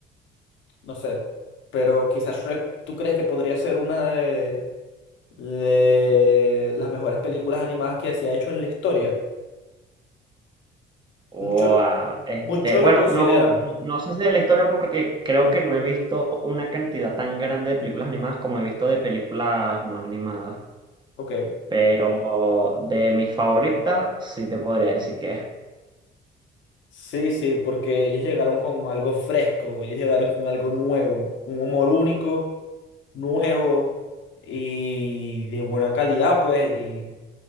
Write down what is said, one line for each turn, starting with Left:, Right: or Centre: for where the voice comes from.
Left: no sé, pero quizás Shrek, ¿tú crees que podría ser una de, de las mejores películas animadas que se ha hecho en la historia?
Right: Wow.
Left: Muchos
Right: Este,
Left: muchos
Right: bueno,
Left: lo consideran,
Right: no, no sé si de la historia porque creo que no he visto una cantidad tan grande de películas animadas como he visto de películas no animadas.
Left: ok.
Right: Pero de mis favoritas sí te podría decir que es.
Left: Sí, sí, porque ellos llegaron con algo fresco, ellos llegaron con algo nuevo, un humor único, nuevo y de buena calidad, pues, y,